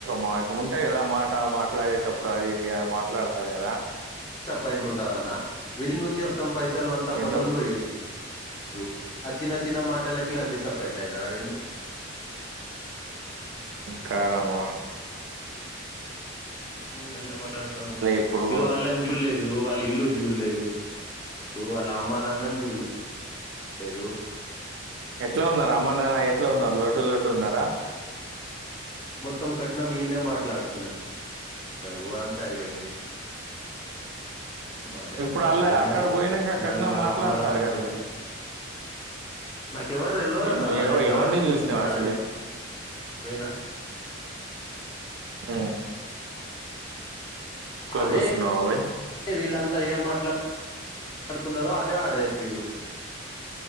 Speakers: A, on the right (about 60°); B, on the left (about 20°).
A: మాట ఉంటాయి కదా మాట మాట్లాడేటప్పుడు ఇప్పుడు అది ఇది మాట్లాడతారు కదా
B: పాయింట్ ఉంటదన్న వెళ్ళి నుంచి మత్తం పైసలు అంతా
A: ఎందుకు
B: పోయి ఇ ఆ చిన్న చిన్న మా లకి డిసాయింట్యింది కరవలు
A: కారణమా
B: భలే మాట్లాడతావు
A: ఇప్పుడు
B: నువ్వు వాళ్ళని జూల్లేదు వాళ్ళ ఇల్లు చూడలేదు వాళ్ళ అమ్మ నాన్నని చూడలేదుదు
A: ఎట్లా ఉన్నారు అమ్మనారా ఎట్లా ఉన్నారు లడ్డూ లడ్డుూ ఉన్నారా
B: మొత్తం కట్న ఈయన్న మాట్లాడుకున్నారు అంతా అయిపోయింది మర
A: ఇప్పుడు
B: మానే
A: వాళ్ళ
B: ఉన్నారు
A: అక్కడ పోయినాక కట్నం
B: నేను వాళ్ళ
A: మాట్లాడతారు
B: అమ్మ నాన్నని
A: కదా
B: చూలే నాకెవరు తెలవదన్నా
A: నువ్వు ఎవ
B: నేను
A: ఎవరిని
B: లాస్ట్ కి
A: చూసినావు
B: నేను
A: అసలే
B: అడిపోకీ పోయినా
A: ఆ
B: అదే
A: కూర్చున్నావా పోయి
B: వీళ్లంతా ఏం మాట్లాడు ఆడుకున్నారో అదే ఆడ చెప్పిరు